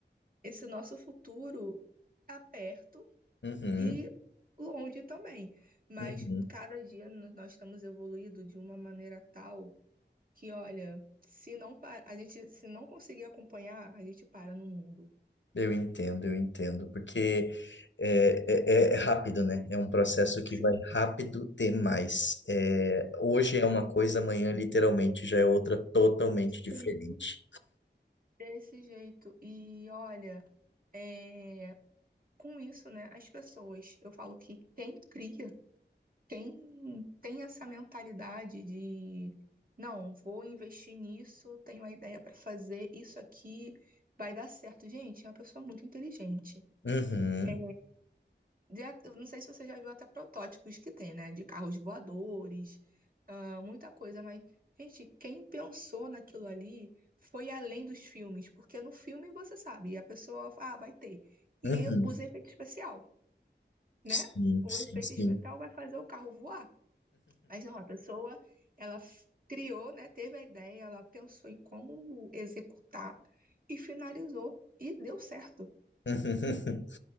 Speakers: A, on the right; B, on the left.
A: esse nosso futuro tá perto
B: uhum,
A: e longe também. Mas
B: uhum.
A: cada dia n- nós estamos evoluindo de uma maneira tal que, olha, se não pa- a gente se não conseguir acompanhar, a gente para no mundo.
B: Eu entendo, eu entendo, porque é, é, é é rápido, né? É um processo que
A: Sim,
B: vai rápido demais. É, hoje é uma coisa, amanhã literalmente já é outra totalmente diferente.
A: sim. Desse jeito. E olha, é, com isso, né, as pessoas, eu falo que quem cria, quem tem essa mentalidade de não, vou investir nisso, tenho uma ideia para fazer, isso aqui vai dar certo. Gente, é uma pessoa muito inteligente.
B: Uhum,
A: É, Já, eu não sei se você já viu até protótipos que tem, né? De carros voadores, ah, muita coisa, mas, gente, quem pensou naquilo ali foi além dos filmes, porque no filme você sabe, a pessoa, ah, vai ter. E
B: uhum.
A: usa efeito especial, né?
B: Sim,
A: O
B: sim,
A: efeito
B: sim.
A: especial vai fazer o carro voar. Mas não, a pessoa, ela f- criou, né? Teve a ideia, ela pensou em como executar e finalizou. E deu certo.
B: <laughs>